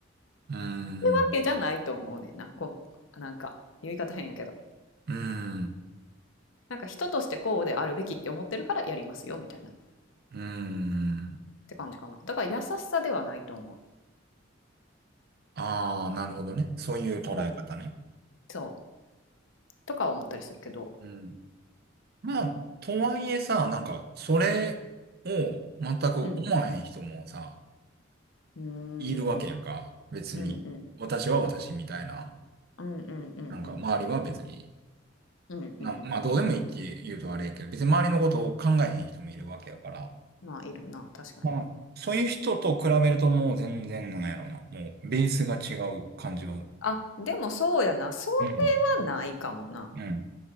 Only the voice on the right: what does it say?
うーん、
うーん、
うーん。
ああ、なるほどね。そういう捉え方ね。
うん。まあ、
とはいえさ、なんか、それを全く思わへん人もさ、
いるわけやんか。
別に。
私は私みたいな。
なんか、周りは別に。
なんまあ、どうでもいいって言うとあれやけど、別に周りのことを考えへん人もいるわけやから。
まあ、そういう人と比べるともう全然なんやろうな。もう、ベースが違う感じは。
うん。
うん。